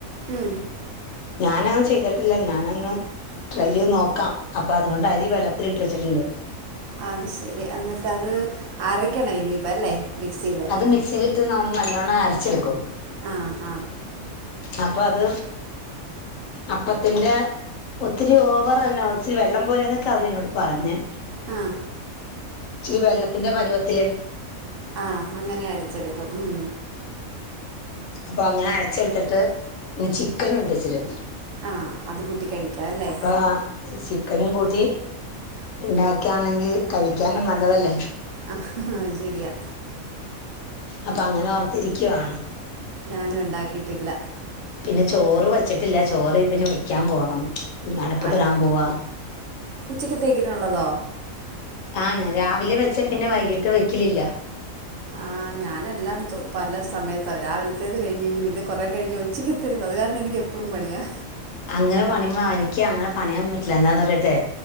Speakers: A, on the right; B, on the left.
A: മം
B: ഞാനത് ചെയ്തട്ടില്ല ഞാനൊന്ന- ട്രൈ ചെയ്ത് നോക്കാം അപ്പൊ അതുകൊണ്ട് അരി വെള്ളത്തിലിട്ട് വെച്ചിട്ടുണ്ട്
A: അത് ശെരി അന്നിട്ട് അത് അരക്കണം ഇനിപ്പോ അല്ലേ മിക്സിയിൽ
B: അത് മിക്സില് യിട്ട് നല്ലോണം അരച്ചെടുക്കും
A: ഹ ഹ
B: അപ്പൊ അത് അപ്പത്തിന്റെ ഒത്തിരി ഓവറല്ല ഇച്ചിരി വെള്ളം പോലെന്നൊക്കെ അവരെന്നോട് പറഞ്ഞേ
A: ആ
B: <unintelligible> വെള്ളത്തിന്റെ പരുവത്തില്
A: ആഹ അങ്ങനെ അരച്ചെടുക്കും ഉം
B: അപ്പൊ അങ്ങനെ അരച്ചെടുത്തിട്ട് ഇന്ന് ചിക്കനുണ്ട് ഇച്ചിരി
A: ആ അത് കൂട്ടി കഴിക്കാം അല്ലേ
B: അപ്പ ചിക്കനും കൂ ത്തി ഉണ്ടാക്കയാണെങ്കിൽ കഴിക്കാനും നല്ലതല്ലേ
A: ആഹ അത് ശെരിയാ
B: അപ്പൊ അങ്ങനെ ഓർത്തിരിക്കുവയാണ്
A: ഞാനും ഉണ്ടാക്കിയിട്ടില്ല
B: പിന്നെ ചോറ് വെച്ചിട്ടില്ല ചോറ് പിന്നെ വെക്കാൻ പോണം
A: <unintelligible>
B: അടപ്പത്തിടാൻ പോവാ
A: ഉച്ചക്ക് തേക്കിട്ടുള്ളതോ
B: ആന്ന് രാവിലെ വെച്ച പിന്നെ വൈകിട്ട് വെക്കലില്ല
A: ആ ഞാനെല്ലാം തു പല സമയത്താ രാവിലത്തേത് കഴിഞ്ഞ് കഴിഞ്ഞു പിന്നെ കുറെേ കഴിഞ്ഞാൽ ഉച്ചയ്ക്കെതേത് അത് കാരണം എനിക്ക് എപ്പോഴും പണിയാ
B: അങ്ങനെ പണിയ എനിക്ക് അങ്ങനെ പണിയാൻ പറ്റില്ല എന്താന്ന് പറയട്ടെ